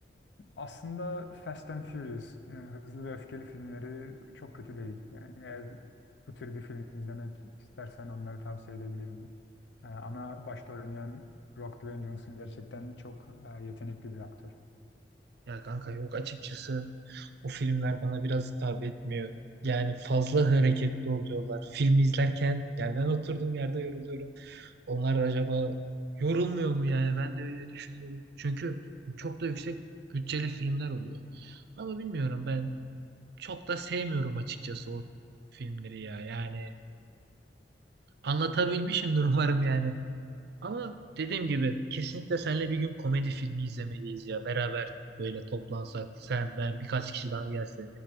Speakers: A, on the left; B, on the right.
A: aslında Fast and Furious, e, Hızlı ve Öfkeli filmleri çok kötü değil. Yani eğer bu tür bir film izlemek istersen onları tavsiye edebilirim. Ee, ana başta oynayan Rock Dwayne Johnson gerçekten çok e, yetenekli bir aktör.
B: Ya kanka yok açıkçası o filmler bana biraz hitap etmiyor. Yani fazla hareketli oluyorlar. Film izlerken yani ben oturduğum yerde yoruluyorum. Onlar acaba yorulmuyor mu yani? Ben de öyle düşünüyorum. Çünkü çok da yüksek bütçeli filmler oluyor. Ama bilmiyorum ben çok da sevmiyorum açıkçası o filmleri ya. Yani anlatabilmişimdir <laughs> umarım yani. Ama dediğim gibi kesinlikle seninle bir gün komedi filmi izlemeliyiz ya. Beraber böyle toplansak sen ben birkaç kişi daha gelse